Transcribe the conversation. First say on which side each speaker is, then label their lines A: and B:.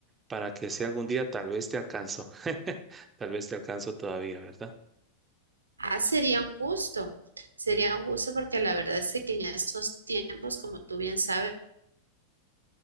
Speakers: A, on the right; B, on the right.
A: para que si algún día tal vez te alcanzo. <laughs> Tal vez te alcanzo todavía, ¿verdad?
B: Ah, sería un gusto, sería un gusto porque la verdad es que en estos tiempos, como tú bien sabes,